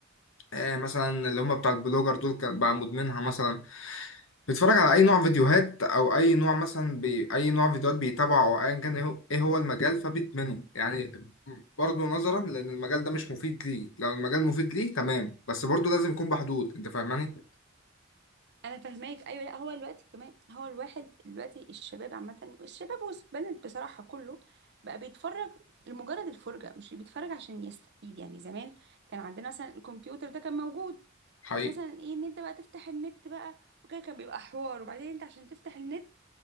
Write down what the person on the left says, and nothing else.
آه، مثلا اللي هم بتاع البلوجر دول كان بقى مدمنها مثلا بيتفرج على اي نوع فيديوهات او اي نوع مثلا بي... اي نوع فيديوهات بيتابعه او ايا كان ايه هو إيه هو المجال فبيدمنه يعني برضه نظرا لان المجال ده مش مفيد ليه لو المجال مفيد ليه تمام بس برضه لازم يكون بحدود انت فاهماني
حقيقي